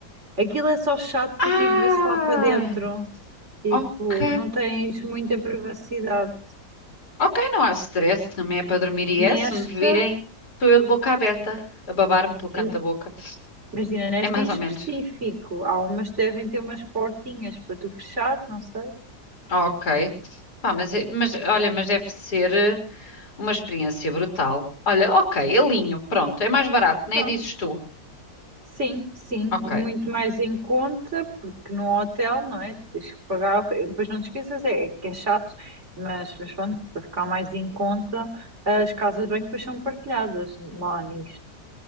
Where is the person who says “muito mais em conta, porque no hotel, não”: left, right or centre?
Right